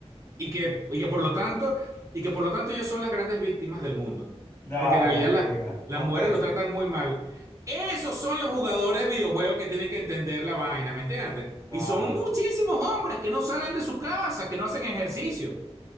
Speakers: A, on the right; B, on the left.
A: Y que, y que por lo tanto, y que por lo tanto ellos son las grandes víctimas del mundo.
B: No,
A: Porque en realidad
B: Dios
A: la-
B: mío,
A: las
B: no
A: mujeres
B: puede
A: lo
B: ser.
A: tratan muy mal. Esos son los jugadores de videojuegos que tienen que entender la vaina, ¿me entiendes?
B: No.
A: Y son muchísimos hombres que no salen de su casa, que no hacen ejercicio.